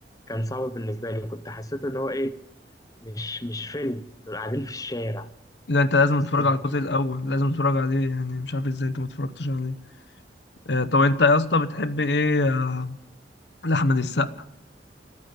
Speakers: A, on the left; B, on the left.
A: كان صعب بالنسبة لي كنت حسيت إن هو إيه مش مش فيلم دول قاعدين في الشارع
B: لا أنت لازم
A: حسيتوش
B: تتفرج على الجزء الأول لازم تتفرج عليه يعني مش عارف إزاي أنت ما اتفرجتش عليه آه، طب أنت يا اسطى بتحب إيه آه، لأحمد السقا؟